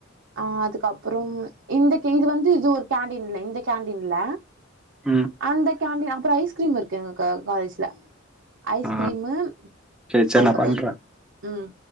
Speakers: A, on the right; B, in the centre.
A: ஆ அதுக்கப்றம் இந்த க இது வந்து இது ஒரு கேண்டீன்ல இந்த கேண்டீன்ல
B: ம்
A: அந்த கேண்டீன் அப்பற ஐஸ்கிரீம் இருக்கு எங்க கா காலேஜ்ல ஐஸ்கிரீமு
B: ஆ சரி சரி
A: அதுக்கப்பற
B: நான் பண்றேன்.
A: ம்